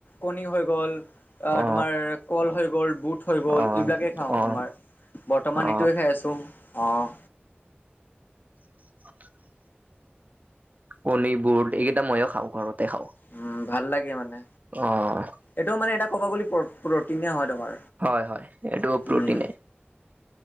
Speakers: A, on the left (about 50°); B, on the right (about 40°).
A: কণী হৈ গ'ল। আ,
B: অ
A: তোমাৰ কল হৈ গ'ল, বুট থৈ গ'ল
B: অ
A: এইবিলাকেই খাওঁ
B: অ
A: তোমাৰ, বৰ্তমান
B: অ
A: এইটোৱে খাই আছোঁ অ'।
B: <inaudible> কণী, বুট এইকেইটা ময়ো খাওঁ, ঘৰতে খাওঁ।
A: উম, ভাল লাগে মানে।
B: অ'।
A: এইটোও মানে এটা ক'বা গ'লে প্র-প্ৰটিনে হয় তোমাৰ।
B: হয় হয়, এইটোও প্ৰটিনে।
A: উম।